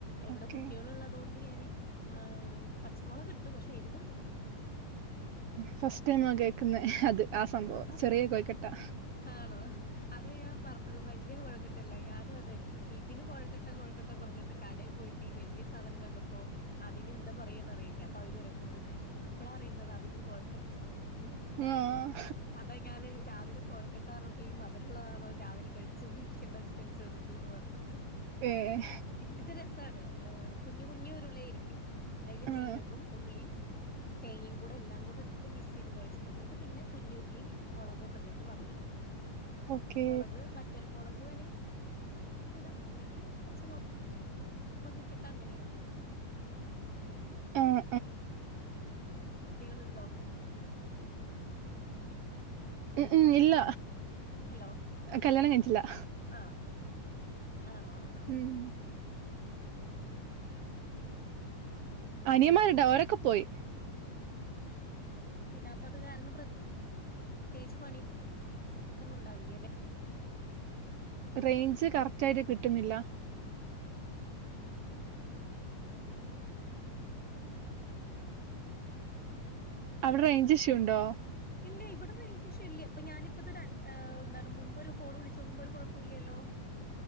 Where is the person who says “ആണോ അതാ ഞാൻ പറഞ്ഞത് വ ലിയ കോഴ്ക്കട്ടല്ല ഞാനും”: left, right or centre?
Centre